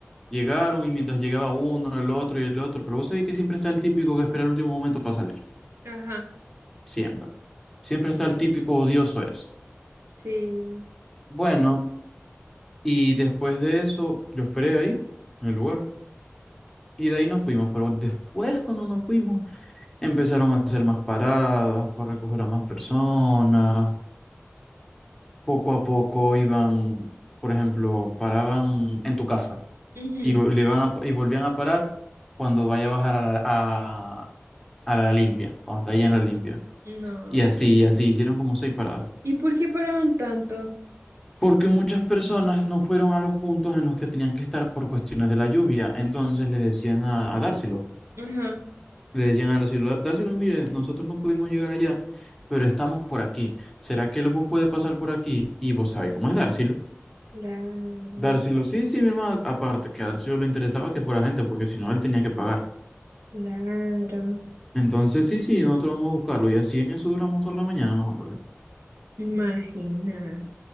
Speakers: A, in the centre; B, on the right (about 70°).
A: llegaron y mientras llegaba uno, el otro y el otro, pero vos sabés que siempre está el típico que espera el último momento para salir,
B: Ajá,
A: siempre, siempre está el típico odioso es.
B: sí.
A: Bueno, y después de eso, yo esperé ahí, en el lugar, y de ahí nos fuimos, pero después cuando nos fuimos, empezaron a hacer más paradas para recoger a más personas poco a poco iban, por ejemplo, paraban en tu casa
B: Ujú.
A: y, vo- le iban a- y volvían a parar cuando vaya a bajar a la, a, a la limpia, cuando está ahí en la limpia.
B: No,
A: Y así,
B: pues.
A: y así, hicieron como seis paradas.
B: ¿Y por qué paraban tanto?
A: Porque muchas personas no fueron a los puntos en los que tenían que estar por cuestiones de la lluvia. Entonces le decían a, a Dárselo,
B: Ajá.
A: le decían a Dárselo, Dárselo, mire, nosotros no pudimos llegar allá, pero estamos por aquí. ¿Será que el bus puede pasar por aquí? Y vos sabés cómo es Dárselo.
B: Claro,
A: Darcylo, sí, sí, mi hermano, aparte que a Darcylo le interesaba que fuera gente, porque si no, él tenía que pagar.
B: claro.
A: Entonces, sí, sí, nosotros vamos a buscarlo y así en eso duramos toda la mañana, nos vamos
B: Imagina.